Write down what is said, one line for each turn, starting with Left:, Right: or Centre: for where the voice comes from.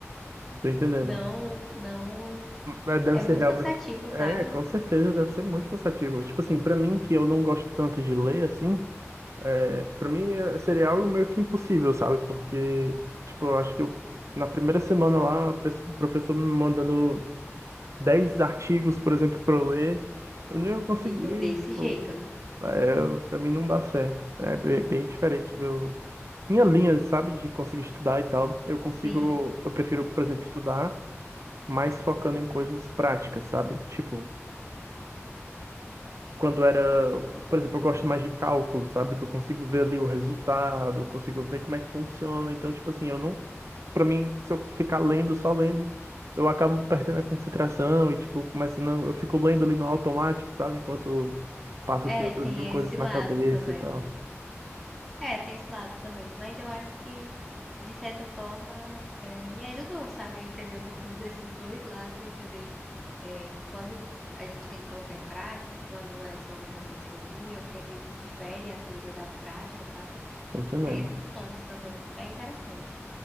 Right: Não tô entendendo.
Centre: Não, não.
Right: É, deve
Centre: É
Right: ser
Centre: muito
Right: realmente.
Centre: cansativo, sabe?
Right: É, com certeza, deve ser muito cansativo. Tipo assim, pra mim, que eu não gosto tanto de ler, assim, é, pra mim é- seria algo meio que impossível, sabe? Porque, tipo, eu acho que eu, na primeira semana lá, o pe- o professor me mandando 10 artigos, por exemplo, pra eu ler, eu não ia conseguir,
Centre: Sim, é desse
Right: tipo.
Centre: jeito.
Right: É, para mim não dá certo. É bem, bem diferente meu minha linha, sabe, de conseguir estudar e tal. Eu consigo,
Centre: Sim.
Right: eu prefiro, por exemplo, estudar mais focando em coisas práticas, sabe? Tipo, quando era, por exemplo, eu gosto mais de cálculo, sabe, que eu consigo ver ali o resultado, eu consigo ver como é que funciona. Então, tipo assim, eu não, para mim, se eu ficar lendo, só lendo, eu acabo perdendo a concentração e tipo, começando, eu fico lendo ali no automático, sabe, enquanto passa
Centre: É,
Right: assim outras
Centre: tem
Right: mil coisas
Centre: esse
Right: na
Centre: lado
Right: cabeça
Centre: também.
Right: e tal.
Centre: É, tem esse lado também. Mas eu acho que, de certa forma, é, me ajudou, sabe, a entender um pouquinho desses dois lados, entender é, quando a gente tem que colocar em prática, quando é só realmente teoria, o que é que difere a teoria da prática, sabe?
Right: Tô entendendo.
Centre: Tem esses pontos também. É interessante.